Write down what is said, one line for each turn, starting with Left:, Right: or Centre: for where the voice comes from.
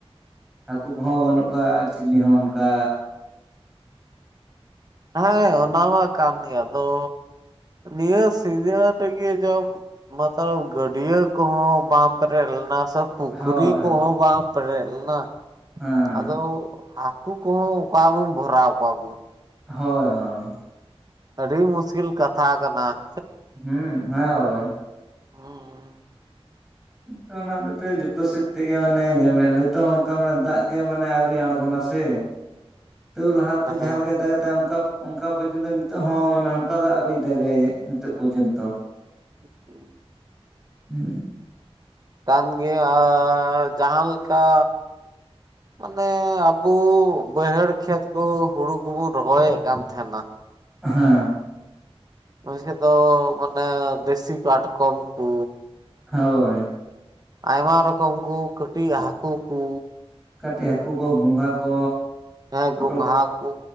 Centre: ᱦᱟᱹᱠᱩ ᱠᱚᱦᱚᱸ ᱵᱟᱹᱱᱩᱜ ᱠᱚᱣᱟ ᱟᱨ ᱪᱤᱞᱤ ᱦᱚᱸ ᱚᱱᱠᱟ᱾
Right: ᱦᱮᱸ ᱚᱱᱟᱢᱟ ᱠᱟᱱ ᱜᱮᱭᱟ ᱟᱫᱚ ᱱᱤᱭᱟᱹ ᱨᱮᱜᱤ ᱡᱚ ᱢᱟᱛᱞᱟᱵ ᱜᱟᱹᱰᱭᱟᱹ ᱠᱚᱦᱚᱸ ᱵᱟᱝ ᱯᱮᱨᱮᱡ ᱞᱮᱱᱟ ᱥᱚ ᱯᱩᱠᱷᱨᱤ
Centre: ᱦᱳᱭ ᱦᱳᱭ
Right: ᱠᱚᱦᱚᱸ ᱵᱟᱝ ᱯᱮᱨᱮᱡ ᱞᱮᱱᱟ
Centre: ᱦᱮᱸ
Right: ᱟᱫᱚ ᱠᱩ ᱠᱚᱦᱚᱸ ᱚᱠᱟ ᱵᱚᱱ ᱵᱷᱚᱨᱟᱣ ᱠᱚᱣᱟᱵᱩᱱ᱾
Centre: ᱦᱳᱭ ᱦᱳᱭ᱾
Right: ᱟᱹᱰᱤ ᱢᱩᱥᱠᱤᱞ ᱠᱟᱛᱷᱟ ᱠᱟᱱᱟ ᱾
Centre: ᱦᱩᱸ ᱦᱮᱸ ᱦᱳᱭ᱾
Right: ᱦᱩᱸ᱾
Centre: ᱚᱱᱠᱟᱱᱟᱜ ᱢᱤᱫᱴᱮᱱ ᱡᱚᱛᱚ ᱥᱮᱫ ᱛᱮᱜᱮ ᱢᱟᱱᱮ ᱡᱮᱢᱮᱞ ᱱᱤᱛ ᱦᱚᱸ ᱚᱱᱠᱟ ᱢᱟᱱᱮ ᱫᱟᱜ ᱜᱮ ᱢᱟᱱᱮ ᱟᱹᱣᱨᱤ ᱟᱬᱜᱚᱱᱟ ᱥᱮ᱾ ᱛᱮ ᱛᱟᱹᱣ ᱞᱟᱦᱟᱛᱮ
Right: ᱪᱮᱫ
Centre: ᱡᱟᱦᱟᱸ
Right: ᱦᱮᱸ
Centre: ᱞᱮᱠᱟᱭ ᱫᱟᱜᱮᱫ ᱛᱟᱦᱮᱸ ᱚᱱᱠᱟ᱾ ᱚᱱᱠᱟ ᱯᱚᱡᱡᱚᱱᱛᱚ ᱱᱤᱛᱚᱜ ᱦᱚᱸ ᱢᱟᱱᱮ ᱚᱱᱠᱟ ᱫᱚ ᱟᱹᱣᱤᱭ ᱫᱟᱜᱟᱭ ᱡᱮ ᱱᱤᱛᱚᱜ ᱯᱚᱡᱡᱚᱱᱛᱚ᱾
Right: <inaudible>
Centre: ᱦᱩ᱾
Right: ᱠᱟᱱᱜᱮ ᱟᱨ ᱡᱟᱦᱟᱸ ᱞᱮᱠᱟ᱾ ᱢᱟᱱᱮ ᱟᱵᱩ ᱵᱟᱹᱭᱦᱟᱹᱲ ᱠᱷᱮᱛ ᱠᱩ ᱦᱩᱲᱩ ᱠᱩ ᱵᱚᱱ ᱨᱚᱦᱚᱭᱮᱫ ᱠᱟᱱ ᱛᱟᱦᱮᱸᱱᱟ᱾
Centre: ᱦᱮᱸ᱾
Right: ᱢᱮᱥᱠᱮ ᱫᱚ ᱢᱟᱱᱮ ᱫᱮᱥᱤ ᱠᱟᱴᱠᱚᱢ ᱠᱩ᱾
Centre: ᱦᱳᱭ᱾
Right: ᱟᱭᱢᱟ ᱨᱚᱠᱚᱢ ᱠᱩ ᱠᱟᱹᱴᱤᱡ ᱦᱟᱹᱠᱩ ᱠᱩ᱾
Centre: ᱠᱟᱹᱴᱤᱡ ᱦᱟᱹᱠᱩ ᱠᱚ ᱜᱚᱝᱜᱷᱟ ᱠᱚ᱾
Right: ᱦᱮᱸ ᱜᱚᱸᱜᱷᱟ
Centre: ᱳᱜ
Right: ᱠᱚ